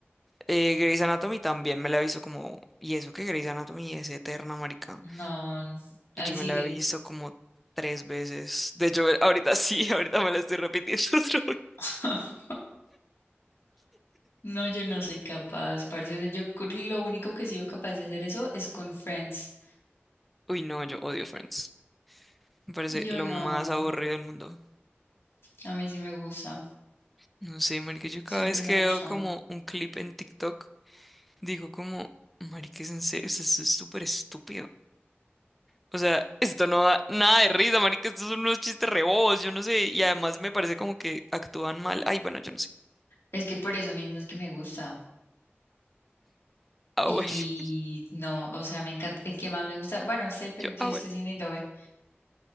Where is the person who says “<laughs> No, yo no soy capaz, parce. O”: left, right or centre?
Left